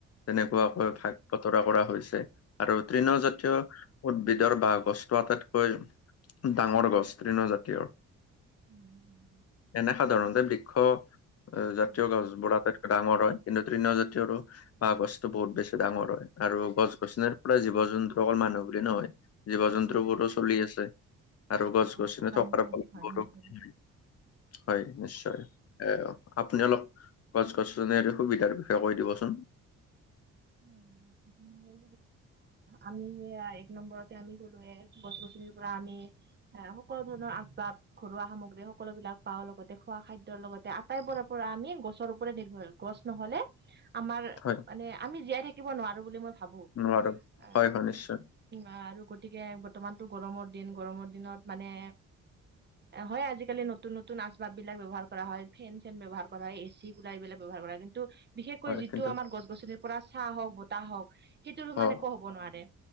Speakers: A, on the left; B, on the right.
A: তেনেকুৱাকৈ
B: উম,
A: ভাগ বতৰা কৰা হৈছে। আৰু তৃণ
B: উম,
A: জাতীয়। উদ্ভিদৰ বাঁহ গছটো আটাইতকৈ ডাঙৰ গছ তৃণ জাতীয়
B: <inaudible>
A: এনে সাধাৰণতে বৃক্ষ জাতীয়
B: উম,
A: গছ বোৰ আটাইতকৈ ডাঙৰ হয়। তৃণ জাতীয় আৰু বহ গছটো বহুত বেছি ডাঙৰ হয় আৰু গছ গছনিৰ পৰা জীৱ জন্তু অকল মানুহ বুলি নহয়। জীৱ জন্তু
B: উম,
A: বহুতো চলি আছে
B: হয়,
A: আৰু গছ-
B: আটাইবোৰ
A: গছনি
B: প্ৰাণীয়ে
A: থকাৰ ফলত
B: হয়
A: বহুতো
B: নিৰ্ভৰশীল
A: হয় নিশ্চয়। এ আপুনি অলপ গছ গছনি সুবিধাৰ বিষয়ে কৈ দিবচোন।
B: হয়। আমি এক নম্বৰতে আমি গলো গছ গছনিৰ পৰা আমি। এ সকলো ধৰণৰ আজ বাপ ঘৰুৱা সামগ্ৰী সকলো বিলাক পাওঁ লগতে খোৱা খাদ্য। লগতে আটাইবোৰে পৰা আমি গছৰ ওপৰে নিৰ্ভৰ গছ নহলে আমাৰ
A: হয়
B: মানে। আমি জীয়াই থাকিব নোৱাৰো বুলি মই, ভাবো
A: নোৱাৰো
B: আহ
A: হয় হয় নিশ্চয়।
B: আৰু গতিকে বৰ্তমানতটো গৰমৰ দিন গৰমৰ দিনত মানে। হয় আজিকালি নতুন নতুন আচবাব বিলাক ব্যৱহাৰ কৰা হয় ফেন চেন ব্যৱহাৰ কৰা হয় এচি, এইবিলাক ব্যৱহাৰ কৰা কিন্তু বিশেষকৈ
A: হয়
B: যিটো
A: কিন্তু
B: আমাৰ গছ-গছনিৰ পৰা চাহ হওঁক বতাহ হওঁক। সেইটো সমান
A: হয়
B: একো হ'ব নোৱাৰে